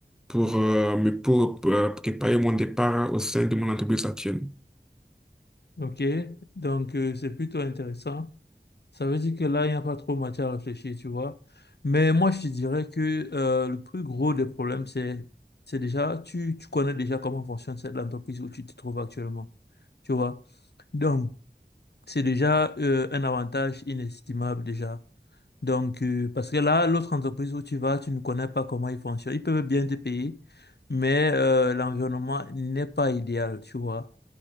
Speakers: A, in the centre; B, on the left.
A: pour, euh, me- pour euh, préparer mon départ au sein de mon entreprise actuelle.
B: OK? Donc, euh, c'est plutôt intéressant. Ça veut dire que là, il n'y a pas trop matière à réfléchir, tu vois. Mais moi, je te dirais que euh, le plus gros des problèmes, c'est, c'est déjà, tu, tu connais déjà comment fonctionne cette entreprise où tu te trouves actuellement, tu vois. Donc, c'est déjà euh, un avantage inestimable déjà. Donc, euh, parce que là, l'autre entreprise où tu vas, tu ne connais pas comment ils fonctionnent. Ils peuvent bien te payer, mais euh, l'environnement n'est pas idéal, tu vois.